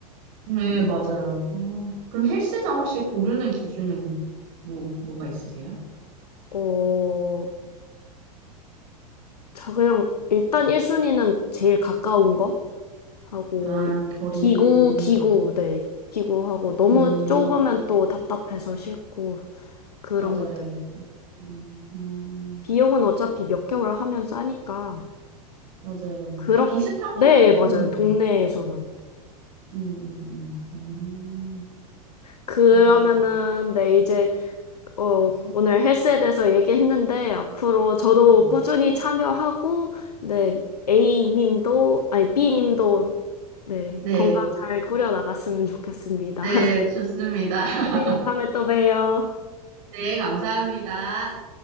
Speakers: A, on the right (about 60°); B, on the left (about 80°).
A: 네, 맞아요. 아, 그럼 헬스장 혹시 고르는 기준은 뭐, 뭐가 있으세요?
B: 어, 저 그냥 일단 1순위는 제일 가까운 거 하고
A: 아, 결이,
B: 기구
A: 음,
B: 기구 네 기구하고 너무
A: 음,
B: 좁으면 또 답답해서 싫고 그런
A: 맞아요.
B: 것들이요.
A: 음, 음,
B: 비용은 어차피 몇 개월 하면 싸니까
A: 맞아요.
B: 그렇게
A: 다 비슷한
B: 네
A: 거 같기는
B: 맞아요 동네에서는
A: 해요. 음, 음, 음, 음,
B: 그러면은
A: 머리가 지
B: 네 이제 어, 오늘 헬스에 대해서 얘기했는데, 앞으로 저도
A: 네.
B: 꾸준히 참여하고, 네, A님도, 아니, B님도, 네,
A: 네,
B: 건강 잘 꾸려나갔으면 좋겠습니다.
A: 네,
B: <laughs>
A: 좋습니다. <laughs>
B: 네, 다음에 또 봬요.
A: 네, 감사합니다.